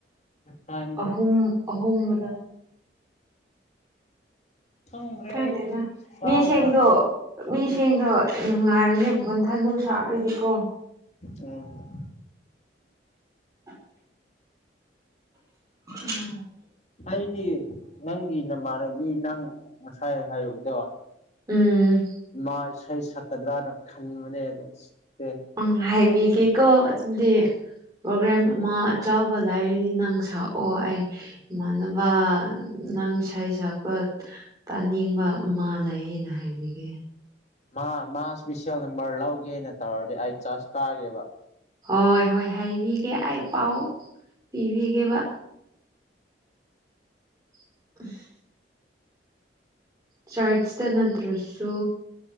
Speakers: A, on the left; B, on the right.
A: ꯍ <unintelligible>
B: ꯑꯍꯨꯝ ꯑꯍꯨꯝꯗ
A: ꯈꯪꯗ꯭ꯔꯦ
B: ꯀꯪꯗꯦꯅ
A: ꯑꯩ ꯀꯥꯎꯒ꯭ꯔꯦ
B: ꯃꯤ ꯁꯦꯡꯗꯣ ꯃꯤꯁꯤꯡꯗꯣ ꯅꯨꯡꯉꯥꯏꯕꯅꯦ ꯟꯊꯂꯨ <unintelligible> ꯁꯥꯔꯗꯤꯀꯣ
A: ꯎꯝ
B: ꯎꯝ ꯎꯝ <unintelligible>
A: ꯑꯩꯗꯤ ꯅꯪꯒꯤ ꯅꯃꯥꯟꯅꯕꯤ ꯅꯪ ꯉꯁꯥꯏ ꯍꯥꯏꯨꯕꯗꯣ
B: ꯎꯝ
A: ꯃꯥ ꯏꯁꯩ ꯁꯛꯀꯗ꯭ꯔꯅ ꯈꯟꯕꯅꯦ ꯑꯗꯨꯝ ꯁꯛꯇꯦ
B: ꯎ ꯍꯥꯏꯕꯤꯒꯦꯀꯣ ꯑꯗꯨꯗꯤ ꯄ꯭ꯔꯣꯒ꯭ꯔꯦꯝ ꯑꯃ ꯑꯆꯧꯕ ꯂꯩꯔꯗꯤ ꯅꯪ ꯁꯛꯑꯣ ꯑꯩ ꯏꯃꯥꯟꯅꯕ ꯅꯪ ꯏꯁꯩ ꯁꯛꯄ ꯇꯥꯅꯤꯡꯕ ꯑꯃ ꯂꯩꯌꯦꯅ ꯍꯥꯏꯕꯤꯒꯦ
A: ꯃꯥ ꯃꯥ ꯏꯁꯄꯤꯁꯦꯜ ꯅꯝꯕꯔ ꯂꯧꯒꯦꯅ ꯇꯧꯔꯗꯤ ꯑꯩ ꯆꯥꯔꯖ ꯀꯥꯒꯦꯕ
B: ꯍꯣꯏ ꯍꯣꯏ ꯍꯥꯏꯕꯤꯒꯦ ꯑꯩ ꯄꯥꯎ ꯄꯤꯕꯤꯒꯦꯕ <unintelligible> ꯆꯔꯠꯁ ꯇ ꯅꯠꯇ꯭ꯔꯁꯨ